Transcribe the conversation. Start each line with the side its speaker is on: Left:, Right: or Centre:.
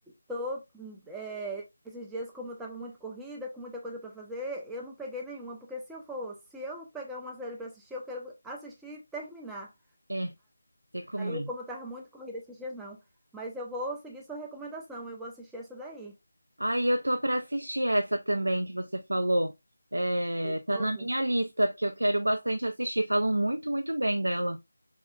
Centre: tô, é, esses dias, como eu tava muito corrida, com muita coisa para fazer, eu não peguei nenhuma. Porque se eu for, se eu pegar uma série para assistir, eu quero assistir e terminar.
Right: É, sei como
Centre: Aí,
Right: é.
Centre: como eu tava muito corrida esses dias, não. Mas eu vou seguir sua recomendação, eu vou assistir essa daí,
Right: Ai, eu tô pra assistir essa também que você falou. É,
Centre: The
Right: tá
Centre: Chosen.
Right: na minha lista, porque eu quero bastante assistir. Falam muito, muito bem dela.